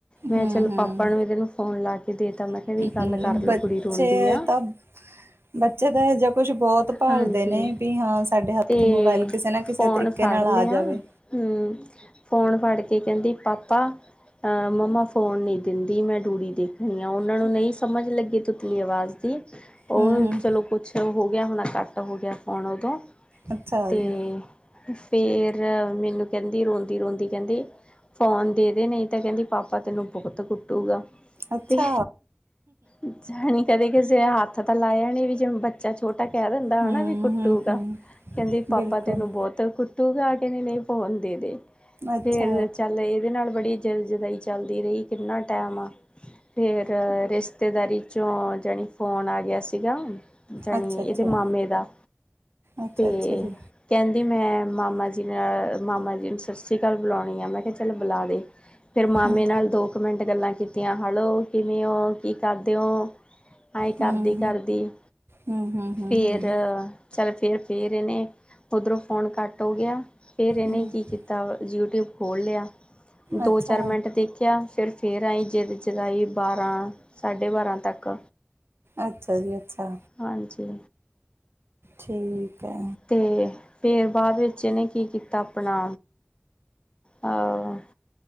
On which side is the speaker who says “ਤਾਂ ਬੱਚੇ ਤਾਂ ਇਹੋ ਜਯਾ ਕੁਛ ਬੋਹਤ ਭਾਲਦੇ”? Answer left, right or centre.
Right